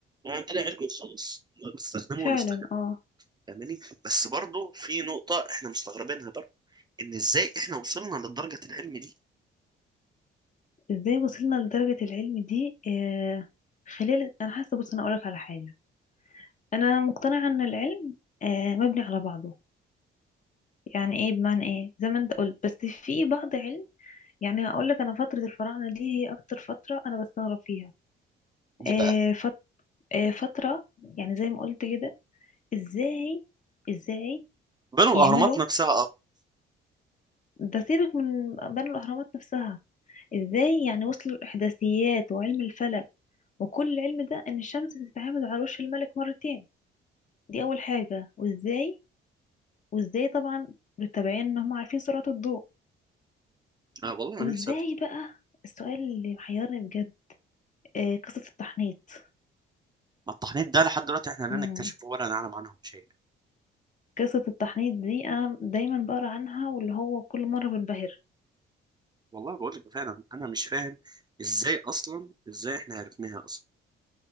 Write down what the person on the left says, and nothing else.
فعلا اه
ازاي وصلنا لدرجة العلم دي آه خلال انا حاسه بص انا اقولك على حاجة انا مقتنعه ان العلم آه، مبني على بعضه يعني ايه بمعنى ايه زي ما انت قلت بس في بعض علم يعني هقول لك انا فتره الفراعنه دي هي اكتر فتره انا بستغرب فيها
آه،
فت- آه، فتره يعني زي ما قلت كده ازاي ازاي
يعملوا
ده سيبك من بنوا الاهرامات نفسها ازاي يعني وصلوا الاحداثيات وعلم الفلك وكل العلم ده ان الشمس بتتعامد على وش الملك مرتين دي اول حاجه وازاي وازاي طبعا بالتبعين ان هم عارفين سرعه الضوء
وازاي
بقى السؤال اللي محيرني بجد آه قصة التحنيط
امم
قصة التحنيط دي أنا دايما بقرا عنها واللي هو كل مرة بنبهر